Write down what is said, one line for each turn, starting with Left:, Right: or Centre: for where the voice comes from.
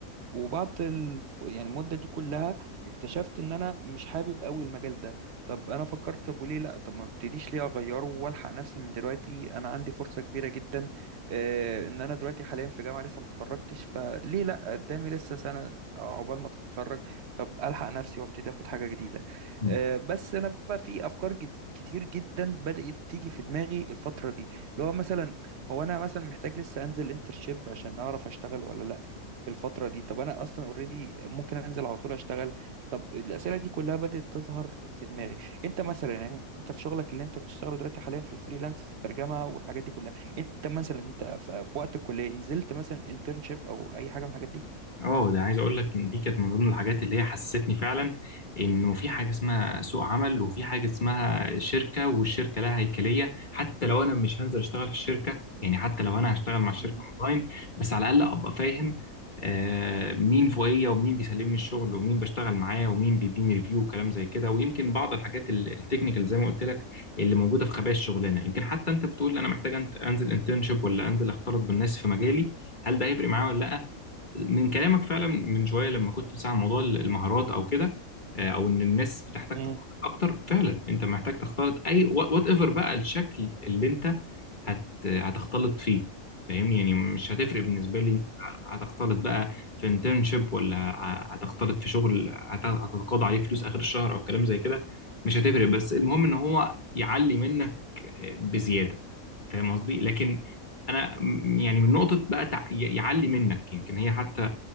Right: وبعد ال... يعني المدة دي كلها اكتشفت ان انا مش حابب قوي المجال ده طب انا فكرت طب وليه لا طب ما ابتديش ليه اغيره والحق نفسي من دلوقتي انا عندي فرصة كبيرة جدا آه ان انا دلوقتي حاليا في جامعة لسه ما اتخرجتش فليه لا قدامي لسه سنة عقبال ما اتخرج طب الحق نفسي وابتدي اخد حاجة جديدة
Left: مم.
Right: آه بس انا بقى في افكار جد... كتير جدا بدأت تيجي في دماغي الفترة دي اللي هو مثلا هو انا مثلا محتاج لسه انزل انترشيب عشان اعرف اشتغل ولا لا في الفترة دي طب أنا أصلا أوريدي ممكن أنزل على طول أشتغل طب الأسئلة دي كلها بدأت تظهر في دماغي أنت مثلا يعني أنت في شغلك اللي أنت بتشتغله دلوقتي حاليا في فريلانس في الترجمة والحاجات دي كلها أنت مثلا أنت في في وقت الكلية نزلت مثلا انترنشيب أو أي حاجة من الحاجات دي؟
Left: اه ده عايز اقول لك ان دي كانت من ضمن الحاجات اللي هي حسستني فعلا انه في حاجه اسمها سوق عمل وفي حاجه اسمها شركه والشركه لها هيكليه حتى لو انا مش هنزل اشتغل في الشركه يعني حتى لو انا هشتغل مع الشركه
Right: مم.
Left: اونلاين بس على الاقل ابقى فاهم آه مين فوقيه ومين بيسلمني الشغل ومين بشتغل معاه ومين بيديني ريفيو وكلام زي كده ويمكن بعض الحاجات ال- التكنيكال زي ما قلت لك اللي موجوده في خبايا الشغلانه يمكن حتى انت بتقول انا محتاج أنت- انزل انترنشيب ولا انزل اختلط بالناس في مجالي هل ده هيفرق معايا ولا لا من كلامك فعلا من شويه لما كنت بتسمع عن موضوع المهارات او كده آه، او ان الناس بتحتاج
Right: مم.
Left: تختلط اكتر فعلا انت محتاج تختلط اي وات ايفر بقى الشكل اللي انت هت هتختلط فيه فاهمني يعني مش هتفرق بالنسبه لي انت هتختلط بقى في انترنشيب ولا ه- هتختلط في شغل هت- هتتقاضى عليه فلوس اخر الشهر او كلام زي كده مش هتفرق بس المهم ان هو يعلي منك آه، بزياده فاهم قصدي لكن انا م- يعني من نقطه بقى تع... ي- يعلي منك يمكن هي حتى